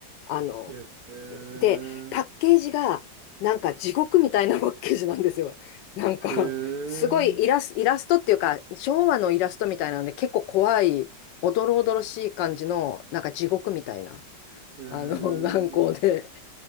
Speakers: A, on the left (about 75°); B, on the right (about 65°).
A: あの、
B: へえ。
A: で、パッケージが、なんか地獄みたいなパッケージなんですよ。なんか、
B: へえ。
A: すごいイラス、イラストっていうか、昭和のイラストみたいなので、結構怖い、おどろおどろしい感じの、なんか地獄みたいな、
B: へえ。
A: あの、軟膏で。